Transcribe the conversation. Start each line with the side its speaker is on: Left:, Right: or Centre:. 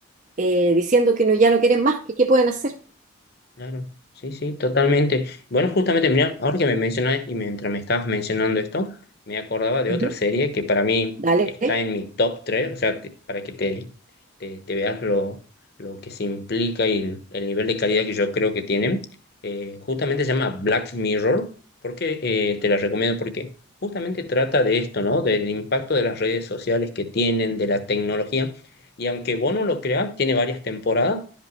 Right: eh, diciendo que no, ya no quieren más, que qué pueden hacer.
Left: Claro, sí, sí, totalmente. Bueno, justamente, mira, ahora que me mencionas y mientras me estabas mencionando esto, me acordaba de
Right: Ujú,
Left: otra serie que para mí
Right: Dale,
Left: está en mi top 3. o sea, te- para que te, te, te veas lo, lo que se implica y el, el nivel de calidad que yo creo que tienen. Eh, justamente se llama Black Mirror, porque eh, te la recomiendo porque justamente trata de esto, ¿no? Del impacto de las redes sociales que tienen, de la tecnología. Y aunque vos no lo creas, tiene varias temporadas